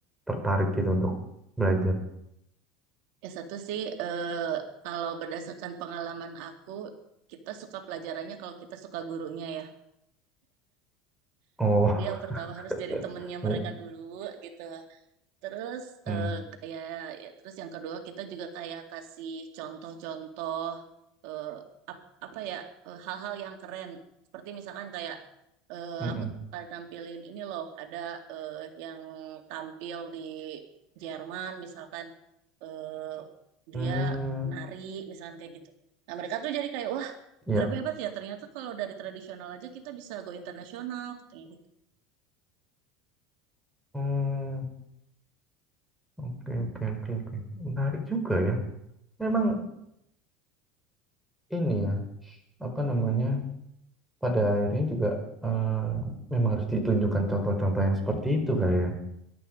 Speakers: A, in the centre; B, on the right (about 65°).
A: tertarik gitu untuk belajar
B: ya satu sih eh, kalau berdasarkan pengalaman aku kita suka pelajarannya kalau kita suka gurunya ya
A: oh
B: jadi yang pertama harus
A: <laughs>
B: jadi temennya mereka
A: ini
B: dulu gitu Terus
A: hmm
B: eh, kayak ya, terus yang kedua kita juga kayak kasih contoh-contoh eh, ap- apa ya eh, hal-hal yang keren. Seperti misalkan kayak eh,
A: hmm
B: aku
A: hmm
B: pernah nampilin ini loh ada eh, yang tampil di Jerman misalkan eh, dia
A: Hmm,
B: nari misalkan kayak gitu. Nah mereka tuh jadi kayak wah
A: ya
B: harap hebat ya ternyata kalau dari tradisional aja kita bisa go internasional katanya gitu.
A: hmm oke oke oke oke menarik juga ya memang ini ya apa namanya pada akhirnya juga eh, memang harus ditunjukkan contoh-contoh yang seperti itu kali ya.